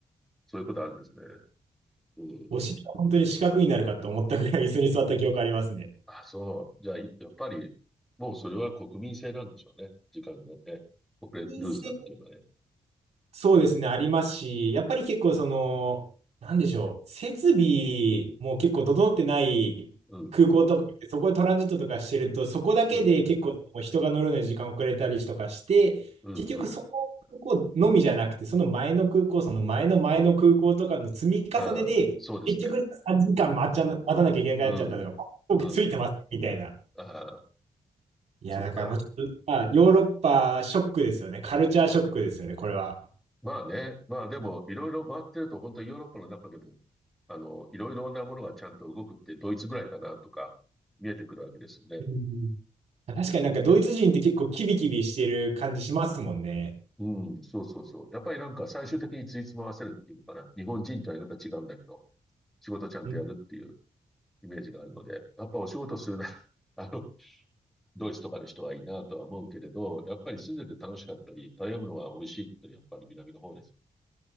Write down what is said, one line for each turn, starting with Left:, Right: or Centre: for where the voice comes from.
Centre: そういうことあるんですね。うん。
Right: お尻が本当に四角になるかと思ったぐらい椅子に座った記憶ありますね。
Centre: あ、そう。じゃあ、いやっぱり、もうそれは国民性なんでしょうね。時間のね。遅れ、
Right: 人生
Centre: ルーズだっていうのはね。
Right: そうですね、ありますし、やっぱり結構その、なんでしょう、設備も結構整ってない空港とかって、
Centre: うん、
Right: そこでトランジットとかしてると、そこだけで結構もう人が乗るのに時間遅れたりとかして、
Centre: うん、うん、
Right: 結局そこ空港のみじゃなくて、
Centre: うん。
Right: その前の空港、その前の前の空港とかの積み重ねで、
Centre: ああ、そうですね。
Right: 結局3時間待っちゃな、
Centre: うん、
Right: 待たなきゃいけなくなっちゃったとか、
Centre: うん、
Right: 僕ついてますみたいな。
Centre: うん。ああ、
Right: いや、
Centre: そっか。
Right: だからもうちょっと、まあ、ヨーロッパショックですよね。カルチャーショックですよね、これは。
Centre: まあね。まあでも、いろいろ回ってると、本当にヨーロッパの中でも、あの、いろいろなものがちゃんと動くって、ドイツぐらいかなとか、見えてくるわけですよね。
Right: うん確かになんかドイツ人って結構キビキビしてる感じしますもんね。
Centre: うん、そうそうそう。やっぱりなんか最終的についつま合わせるっていうのかな。日本人とやり方違うんだけど、仕事ちゃんとやるっていう
Right: うん
Centre: イメージがあるので、やっぱお仕事するな、<laughs> あの、ドイツとかの人はいいなとは思うけれど、やっぱり住んでて楽しかったり、食べ物が美味しいっていうのはやっぱり南の方です。